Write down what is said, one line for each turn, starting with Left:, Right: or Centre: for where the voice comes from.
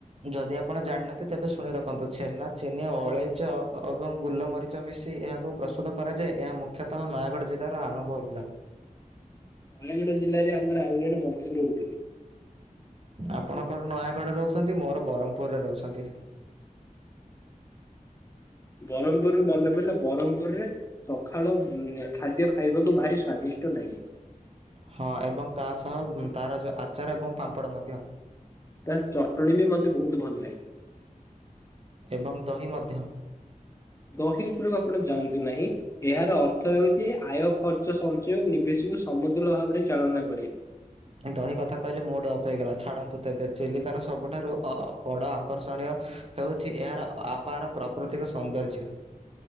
Right: ଯଦି ଆପଣ ଜାଣିନାହାନ୍ତି ତେବେ ଶୁଣି ରଖନ୍ତୁ ଛେନା ଚିନି ଅଳେଇଚ ଅ ଏବଂ ଗୁଲମରି ଚ ମିିଶି ଏହାକୁ ପ୍ରସ୍ତୁତ କରାଯାଏ ଏହା ମୁଖ୍ୟତଃ ନୟାଗଡ଼ ଜିଲ୍ଲାର ଆରମ୍ଭ ହୋଇଥିଲା।
Left: ନୟାଗଡ଼ ଜିଲ୍ଲାରେ ଆମର ଆଉ ଜଣେ ବନ୍ଧୁ ରହୁଥିଲେ।
Right: ଆପଣଙ୍କର ନୟାଗଡ଼ରେ ରହୁଛନ୍ତି ମୋର ବ୍ରହ୍ମପୁରରେ ରହୁଛନ୍ତି।
Left: ବ୍ରହ୍ମପୁରରୁ ମନେ ପଡ଼ିଲା ବ୍ରହ୍ମପୁରରେ। ସଖାଳଆ ଉଁ ଏ ଖାଦ୍ୟ ଖାଇବାକୁ ଭାରି ସ୍ଵାଦିଷ୍ଟ ଲାଗେ।
Right: ହଁ ଏବଂ ତା ସହ ଉଁ ତାର ଯଉ ଆଚାର ଏବଂ ପାମ୍ପଡ଼ ମଧ୍ୟ।
Left: ତା ଚଟଣୀ ବି ମତେ ବହୁତ ଭଲ ଲାଗେ।
Right: ଏବଂ ଦହି ମଧ୍ୟ।
Left: ଦହି ଉପରକୁ ଆପଣ ଯାଆନ୍ତୁ ନାହିଁ। ଏହାର ଅର୍ଥ ହେଉଛି ଆୟ ଖର୍ଚ୍ଚ ସଞ୍ଚୟ ନିବେଶକୁ ସମତୁଲ ଭାବରେ ଚାଳନା କରିବ।
Right: ଦହି କଥା କହିଲେ ମୁଡ଼ ଅଫ୍ ହେଇଗଲା ଛାଡ଼ନ୍ତୁ ତେବେ ଚିଲିକାର ସବୁଠାରୁ ଅ ବଡ଼ ଆକର୍ଷଣୀୟ। ହେଉଛି ଏହାର ଅ ଆପାର ପ୍ରାକୃତିକ ସୌନ୍ଦର୍ଯ୍ୟ।